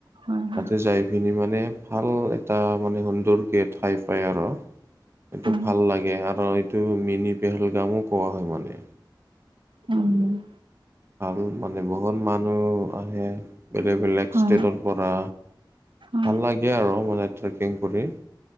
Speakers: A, on the right; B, on the right.
A: হয়
B: তাতে
A: হয়
B: যাই পিনি মানে ভাল এটা মানে সুন্দৰকে ঠাই পায় আৰু৷ এইটো
A: হয়
B: ভাল লাগে আৰু এইটো মিনি পেহেলগামো কোৱা হয় মানে।
A: উম।
B: আৰু মানে বহুত মানুহ আহে বেলেগ-বেলেগ
A: হয়
B: ষ্টেটৰ পৰা।
A: হয়
B: ভাল লাগে আৰু মানে ট্ৰেকিং কৰি।